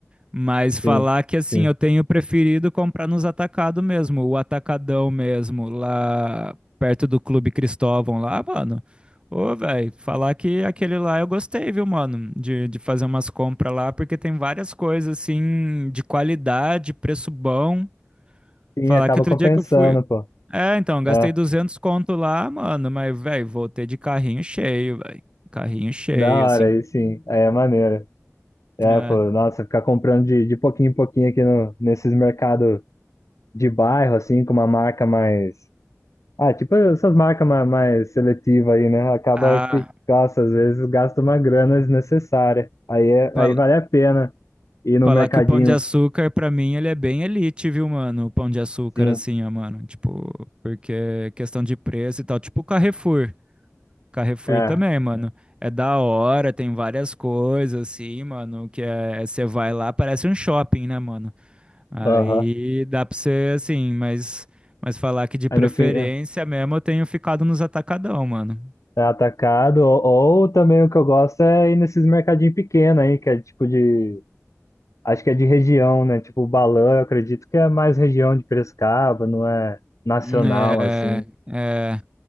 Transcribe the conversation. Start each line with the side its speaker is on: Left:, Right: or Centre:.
Right: Mas falar
Left: Sim,
Right: que assim,
Left: sim.
Right: eu tenho preferido comprar nos atacados mesmo, o atacadão mesmo, lá perto do Clube Cristóvão lá, mano. Ô, velho, falar que aquele lá eu gostei, viu, mano, de, de fazer umas compras lá, porque tem várias coisas assim, de qualidade, preço bom.
Left: Sim,
Right: Falar
Left: acaba
Right: que outro
Left: compensando,
Right: dia que eu fui.
Left: pô.
Right: É, então, gastei
Left: É,
Right: 200 conto lá, mano, mas, velho, voltei de carrinho cheio, velho. Carrinho cheio,
Left: da hora
Right: assim.
Left: aí, sim. Aí é maneiro. É,
Right: É.
Left: pô, nossa, ficar comprando de, de pouquinho em pouquinho aqui no, nesses mercados de bairro, assim, com uma marca mais. Ah, tipo essas marcas mais, mais seletivas aí, né? Acaba
Right: Ah.
Left: que, nossa, às vezes gasta uma grana desnecessária. Aí, é,
Right: fal-
Left: aí vale a pena ir no
Right: Falar
Left: mercadinho,
Right: que o Pão de Açúcar, pra mim, ele é bem elite, viu, mano? O Pão de Açúcar,
Left: sim.
Right: assim, ó, mano. Tipo, porque é questão de preço e tal. Tipo o Carrefour. Carrefour
Left: É,
Right: também, mano. É da hora, tem várias coisas, assim, mano. Que é. Você vai lá, parece um shopping, né, mano? Aí
Left: aham.
Right: dá pra você, assim, mas. Mas falar que de
Left: Aí
Right: preferência
Left: no fim, é,
Right: mesmo eu tenho ficado nos atacadão, mano.
Left: é atacado. Ou, ou também o que eu gosto é ir nesses mercadinhos pequenos aí, que é tipo de. Acho que é de região, né? Tipo, o balão, eu acredito que é mais região de Piracicaba, não é nacional,
Right: É.
Left: assim.
Right: É.